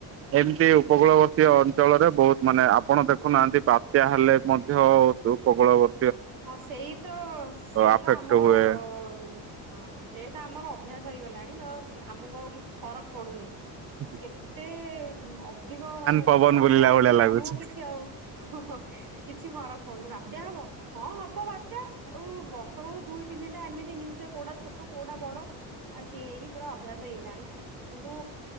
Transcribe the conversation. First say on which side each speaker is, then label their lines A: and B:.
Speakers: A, on the right; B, on the right.
A: ଏମତି ଉପକୂଳବରତୀୟ ଅଞ୍ଚଳରେ ବହୁତ ମାନେ ଆପଣ ଦେଖୁନାହାନ୍ତି ବାତ୍ୟା ହେଲେ ମଧ୍ୟ ପବଳ ଵ
B: ହଁ ସେଇ ତ ସେଇ
A: ଆଫେକ୍ଟ
B: ତ ଆମର
A: ହୁଏ
B: ହଁ ସେ ତ ଆମର ଅଭ୍ୟାସ ହେଇଗଲାଣି ତ ଆମକୁ ଆଉ କିଛି ଫରକ ପଡୁନି।
A: ହଜ୍
B: ଏତେ ଅଧିକ ମାନେ
A: ପବନ
B: ଡରାବନା
A: ବୁଲିଲା
B: ହେଲେ
A: ଭଳିଆ
B: ବି
A: ଲାଗୁଛି।
B: ଆମକୁ କିଛି ଆଉ ଓ ହୋ କିଛି ଫରକ ପଡୁନି ବାତ୍ୟା ହବ। ହଁ ହବ ବାତ୍ୟା ଆଉ ବର୍ଷ କୁ ଦୁଇ ତିନିଟା ଏମିତି ନିଉଜୁରେ କୋଉଟା ଛୋଟ କୋଉଟା ବଡ ଆଉ ସିଏ ହେଇକି ପୁରା ଅଭ୍ୟାସ ହେଇଗଲାଣି କିନ୍ତୁ